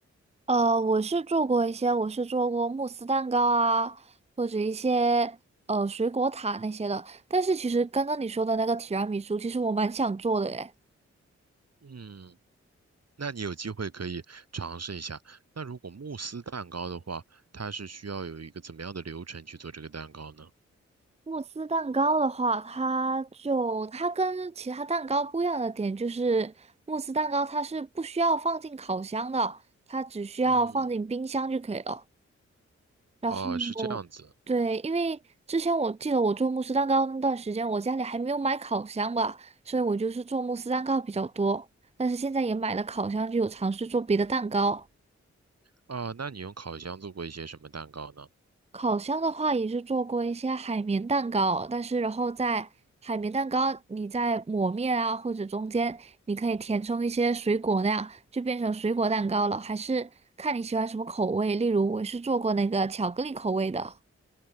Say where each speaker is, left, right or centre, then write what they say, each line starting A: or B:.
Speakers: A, on the right (about 20°); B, on the right (about 60°).
A: 呃，我是做过一些，我是做过慕斯蛋糕啊，或者一些呃水果塔那些的。但是其实刚刚你说的那个提拉米苏，其实我蛮想做的耶。
B: 嗯，那你有机会可以尝试一下。那如果慕斯蛋糕的话，它是需要有一个怎么样的流程去做这个蛋糕呢？
A: 慕斯蛋糕的话，它就它跟其他蛋糕不一样的点就是，慕斯蛋糕它是不需要放进烤箱的，它只需要放进冰箱就可以了。
B: 嗯，
A: 然后，
B: 哦，是这样子。
A: 对，因为之前我记得我做慕斯蛋糕那段时间，我家里还没有买烤箱吧，所以我就是做慕斯蛋糕比较多。但是现在也买了烤箱，就有尝试做别的蛋糕。
B: 啊，那你用烤箱做过一些什么蛋糕呢？
A: 烤箱的话，也是做过一些海绵蛋糕，但是然后在海绵蛋糕你在抹面啊，或者中间你可以填充一些水果那样，就变成水果蛋糕了。还是看你喜欢什么口味，例如我是做过那个巧克力口味的。